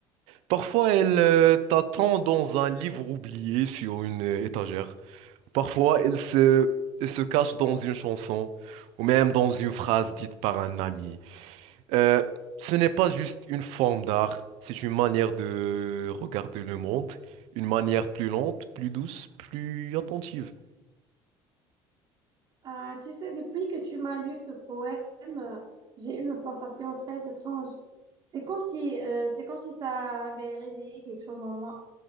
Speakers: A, on the right (about 75°); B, on the right (about 40°).
A: parfois elle euh, t'attend dans un livre oublié sur une euh, étagère. Parfois, il se, elle se cache dans une chanson ou même dans une phrase dite par un ami. Euh, ce n'est pas juste une forme d'art, c'est une manière de regarder le monde, une manière plus lente, plus douce, plus attentive.
B: Ah, tu sais, depuis que tu m'as lu ce poème, euh, j'ai eu une sensation très étrange. C'est comme si, euh, c'est comme si ça avait réveillé quelque chose en moi.